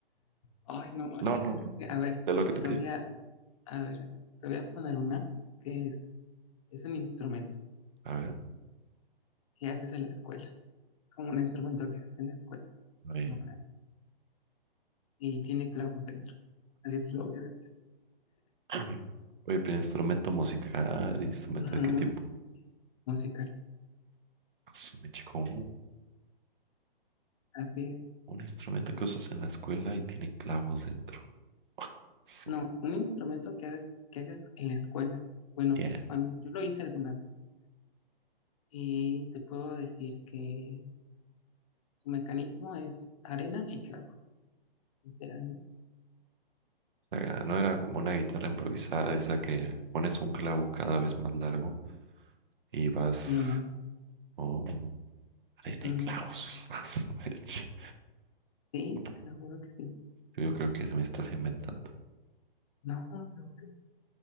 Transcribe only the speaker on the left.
Ay, no manches.
A ver,
te
voy a, a ver, te voy a poner una que es, es un instrumento
que haces en la escuela. como un instrumento que se hace en la escuela,
¿no? y tiene clavos dentro. Así te lo voy a decir.
Ujú.
Musical,
así es.
No, un instrumento que haces, que haces en la escuela. Bueno,
a mí- yo lo hice alguna vez y te puedo decir que su mecanismo es arena y clavos, literalmente.
No,
mm, mm.
sí,
te lo juro que sí.
No, te lo juro. ¿Tú